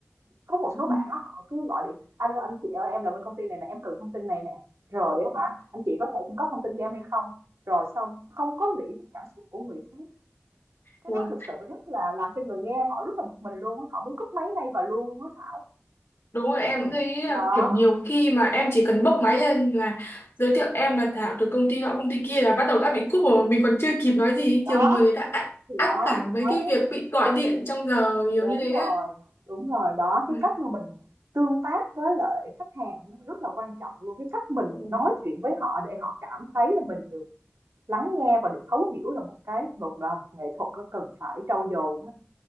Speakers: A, on the right; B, on the left.
A: có một
B: <laughs>
A: số bạn á họ cứ gọi điện alo anh chị ơi em là bên công ty này nè em cần thông tin này nè rồi á hả anh chị có thể cung cấp thông tin cho em hay không rồi xong không có nghĩ đến cảm xúc của người khác cái
B: Ừ.
A: đó thực sự rất là làm cho người nghe họ rất là bực mình luôn á. họ muốn cúp máy ngay và luôn luôn á Thảo
B: Đúng rồi em cũng thấy
A: đó
B: là kiểu nhiều khi mà em chỉ cần bốc máy lên là giới thiệu em là Thảo từ công ty nọ công ty kia là bắt đầu đã bị cúp rồi mà mình còn chưa kịp nói gì
A: đó
B: nhiều người đã ác
A: thì
B: ác
A: đó
B: cảm
A: chị
B: với
A: nói
B: cái việc bị gọi điện trong giờ nhiều
A: Đúng
B: như thế
A: rồi,
B: á.
A: đúng rồi, đó, cái
B: Ừ.
A: cách mà mình tương tác với lại khách hàng rất là quan trọng luôn. Cái cách mình
B: Ừ.
A: nói chuyện với họ để họ cảm thấy là mình được lắng nghe và được thấu hiểu là một cái một là một nghệ thuật nó cần phải trau dồi đó.